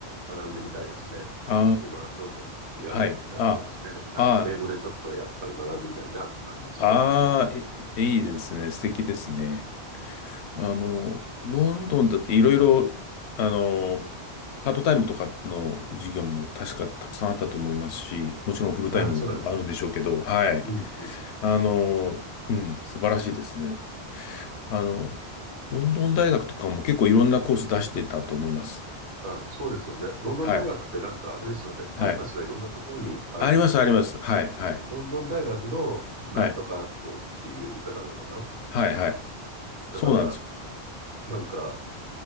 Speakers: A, on the right; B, on the left.
A: 学んでみたいですね。
B: あ
A: ロクチっていうのはロンドンにある学校ですね。
B: あ、はい。あ、
A: はい。
B: あ、
A: 英語でちょっとやっぱり学んでみたいなってのありますね。
B: ああ、いいいですね。素敵ですね。あの、ロンドンだっていろいろ、あの、パートタイムとかの授業も確かたくさんあったと思いますし、もちろんフルタイムもあるんでしょうけど、
A: ああ、そうなんですね。
B: はい。
A: うん、うん。
B: あの、うん、素晴らしいですね。あの、ロンドン大学とかも結構いろんなコース出してたと思います。
A: ああ、そうですよね。ロンドン大学ってなんかあれですよね。
B: はい。
A: キャンパスがいろんなところにあるんですよね。
B: はい。あります、あります。はい、はい。
A: ロンドン大学のなんとか校っていう言い方なのかな。
B: はい。はい、はい。
A: だから、
B: そうなんですよ。
A: なんか、